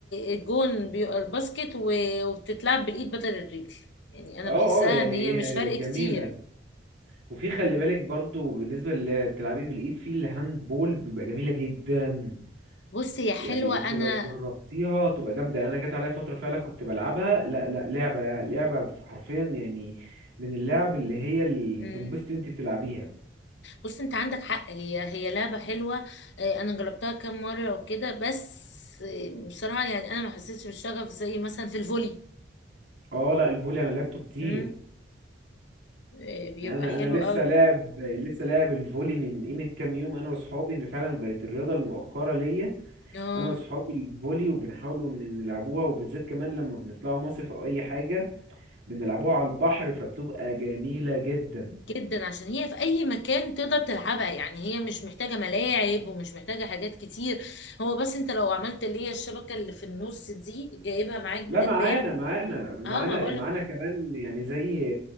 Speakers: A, on the left (about 70°); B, on the right (about 85°).
A: الجون بيبقى الباسكت و- وبتتلعب بالإيد بدل الرجل يعني أنا
B: اه
A: بحسها
B: اه يعني
A: إن هي مش
B: هي
A: فرق
B: جميلة
A: كتير
B: وفي خلي بالك برضو بالنسبة اللي بتلعبي بالإيد في الهاند بول بيبقى جميلة جدا
A: بص هي حلوة
B: يعني انت
A: أنا
B: لو جربتيها تبقى جامدة يعني انا جات عليا فترة فعلا كنت بلعبها لا لا لعبة لعبة حرفيا يعني من اللعب اللي هي اللي
A: مم.
B: تنبسطي وانت بتلعبيها
A: بص أنت عندك حق هي هي لعبة حلوة آه، أنا جربتها كام مرة وكده بس آه، بصراحة يعني أنا ما حسيتش بالشغف زي مثلا في الفولي
B: اه لا الفولي انا لعبته كتير
A: مم. آه، بيبقى
B: انا
A: حلو
B: انا لسه
A: قوي
B: لاعب لسه لاعب الفولي من قيمة كام يوم انا واصحابي ان فعلا بقت الرياضة المؤخرة ليا
A: اه
B: انا واصحابي الفولي وبنحاولوا ان نلعبوها وبالذات كمان لما بنطلعوا مصيف او اي حاجة بنلعبوها على البحر فبتبقى جميلة جدا
A: جدا عشان هي في أي مكان تقدر تلعبها يعني هي مش محتاجة ملاعب ومش محتاجة حاجات كتير هو بس أنت لو عملت اللي هي الشبكة اللي في النص دي جايبها معاك
B: لا
A: بتتباع
B: معانا معانا معانا
A: اه ما بقولك
B: إيه، معانا كمان يعني زي